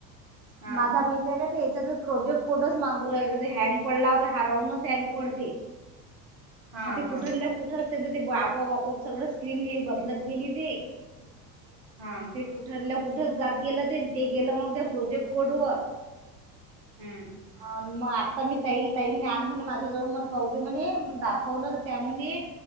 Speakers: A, on the right (about 65°); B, on the right (about 30°).
A: हा
B: माझा मी त्याज्यात याच्यात प्रोजेक्ट कोडच मागू राहिलतं ते, हँग पडला होता हा रावूनच हँग पडते.
A: हा
B: म ते कुठलल्या
A: हा
B: कुठ ते आपोआप सगळ स्किल हे बदलत गेली ते आणि
A: हा
B: ते. ठरल्या कुठ जात गेलं ते ते गेलं मग त्या प्रोजेक्ट कोडवर.
A: हम्म.
B: अ मग आत्ता मी तईल ताईल मी आण म्हणे माझ्याजवळ मला पावती म्हणे, दाखवलं तर त्या म्हणे